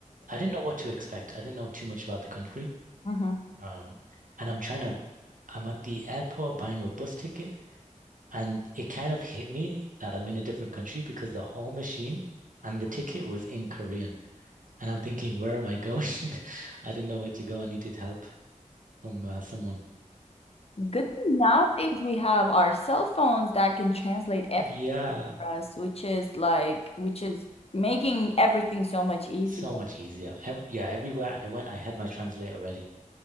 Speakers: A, on the right (about 75°); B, on the left (about 50°).
A: I didn't know what to expect. I didn't know too much about the country.
B: hmm
A: Um, and I'm trying to, I'm at the airport buying a bus ticket, and it kind of hit me that I'm in a different country because the whole machine and the ticket was in Korean. And I'm thinking, where am I going? <laughs> I didn't know where to go. I needed help from uh, someone.
B: Good thing nowadays we have our cell phones that can translate
A: Yeah,
B: everything for us, which is like, which is making everything so much easier.
A: so much easier. Ev yeah, everywhere I went, I had my translator ready.